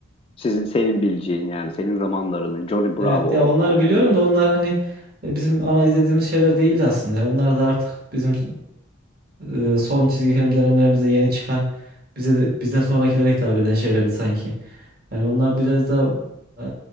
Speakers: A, on the left; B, on the right.
A: Sizin senin bileceğin yani senin zamanlarının Johnny Bravo.
B: Evet
A: O,
B: ya onlar
A: o,
B: biliyorum
A: o
B: da onlar hani e, bizim ana izlediğimiz şeyler değildi aslında. ya. Onlar da artık bizim e, e, son çizgi film dönemlerimizde yeni çıkan bize de bizden sonrakilere hitap eden şeylerdi sanki. Yani onlar biraz da e,